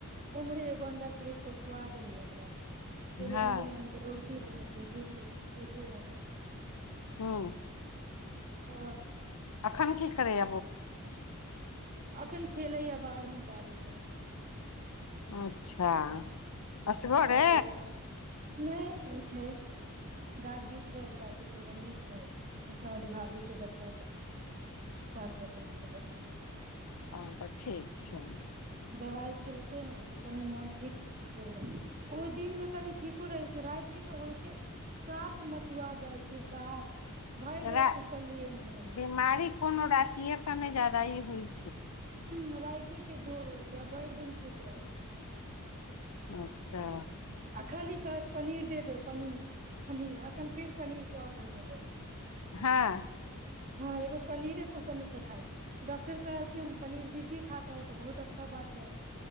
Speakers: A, on the right; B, on the left.
A: उमरे अंडा खरीद क खुआ देलियै ओकरा फेर
B: हँ
A: एलियै ह तऽ रोटी बनेलियै दूध रोटी खलिय
B: हँ
A: ओ
B: अखन की करैए
A: अखन खेलै हा बाहर मे गाड़ी सबके
B: अच्छा असगरे
A: ह गाड़ी ल नहि ओ छै गार्गी छै गार्गी के मम्मी छै नीचा वाली भाभी के बच्चा सब साथे अपन खेले छै
B: हँ तऽ ठीक छै
A: दबाइ खेलकै ह तऽ कनि मोन ठीक छै त खल ओ दिनमे कनि ठीको रहैत छै रातिके तऽ होइते साफ मसुआ जाइ छै साफ भरि राति
B: रा
A: सुतलियै न हन
B: बिमारी कोनो राति ए कमे जायदा होइ छै
A: ह राइते के जोर होइके बड़ दिन ठीक रहै
B: अच्छा
A: आ खाली कहत पनीर दे दो पनीर पनीर एखन फेर पनीरके ऑर्डर भेलै हँ
B: हँ
A: हँ एगो पनीरे पसन्द से खाए डॉक्टर कहलकिन पनीर दीजे खाता है तऽ बहुत अच्छा बात है